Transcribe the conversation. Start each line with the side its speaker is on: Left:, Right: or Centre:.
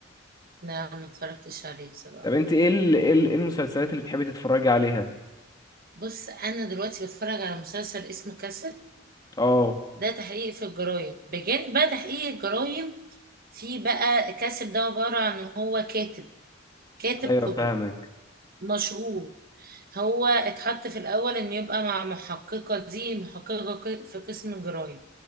Right: لا ما اتفرجتش عليه بصراحه
Left: طب انت ايه ال... ايه ال- إيه المسلسلات اللي بتحبي تتفرجي عليها
Right: بص انا دلوقتي بتفرج على مسلسل اسمه كاسل
Left: اه
Right: ده تحقيق في الجرايم بجانب بقى تحقيق الجرايم في بقى كاسل ده عباره عن هو كاتب كاتب
Left: ايوه
Right: كتب
Left: فاهمك
Right: مشهور هو اتحط في الأول إنه يبقى مع محققة دي محققة ق- في قسم الجرايم